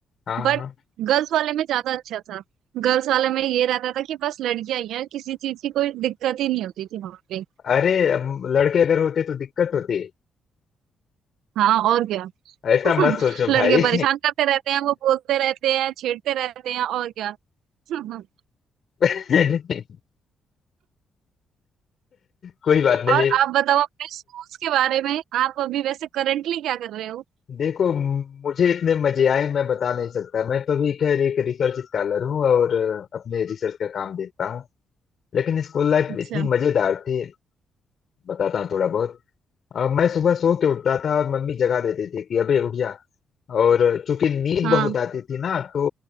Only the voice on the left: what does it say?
हाँ
हाँ
अरे अब लड़के अगर होते तो दिक्कत होती
ऐसा मत सोचो
भाई
<laughs> कोई बात नहीं
देखो मुझे इतने मजे आए मैं बता नहीं सकता मैं तो भी खैर एक रिसर्च स्कॉलर हूँ और अपने रिसर्च का काम देखता हूँ लेकिन स्कूल लाइफ
इतनी मजेदार थी बताता हूँ थोड़ा बहुत अ, मैं सुबह सो के उठता था और मम्मी जगा देती थी कि अबे उठ जा और चूंकि नींद
बहुत आती थी ना तो